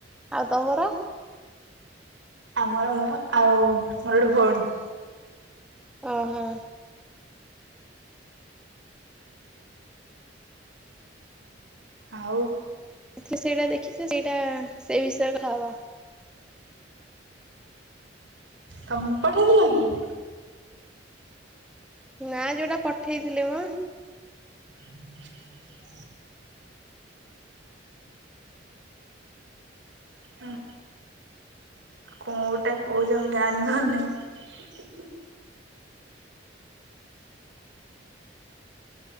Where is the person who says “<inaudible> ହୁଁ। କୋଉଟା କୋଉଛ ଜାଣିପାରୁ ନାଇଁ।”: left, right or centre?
Right